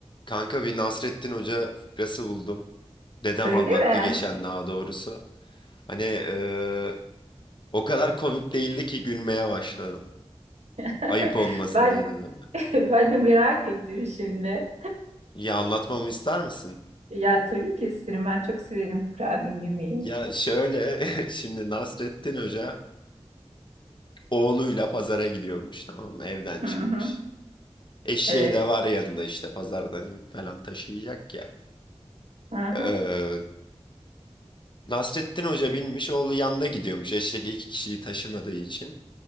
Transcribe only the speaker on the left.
Kanka bir Nasrettin Hoca fıkrası buldum. Dedem
anlattı
geçen daha doğrusu. Hani eee, o kadar komik değildi ki gülmeye başladım.
Ayıp olmasın
diye dedim.
Ya anlatmamı ister misin?
Ya şöyle <laughs> şimdi Nasrettin Hoca oğluyla pazara gidiyormuş tamam mı? Evden çıkmış.
Eşeği
de var yanında işte pazardan yük falan taşıyacak ya.
Eee, Nasrettin Hoca binmiş oğlu yanda gidiyormuş eşek iki kişiyi taşımadığı için.